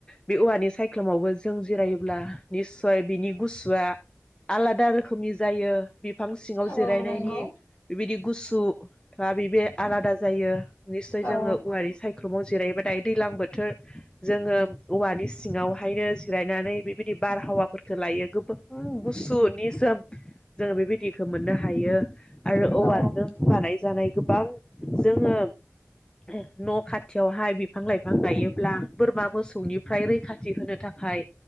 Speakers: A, on the left; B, on the left.
A: बे औवानि सायख्लुमावबो जों जिरायोब्ला निस्सय बिनि गुसुआ आलादा रोखोमनि जायो बिफां सिङाव
B: औ
A: जिरायनायनि
B: नंगौ
A: बेबायदि गुसु दा बिबे आलादा जायो निस्सय जोङो
B: औ
A: उवारि सायख दफाङाव जिरायोबा दायो दैलां बोथोर जोङोम औवानि स सिङावहायनो जिरायनानै बेबायद नि बारहावाफोरखौ लायो गोबां गुसु निजोम जोङो बेबायदिखो मोननो हायो आरो औवाजों
B: औ
A: बानाय जानाय गोबां जोङो न' खाथियावहाय बिफां लाइफां गायोब्ला बोरमा मोसौनिफ्राय रैखा थि होनो थाखाय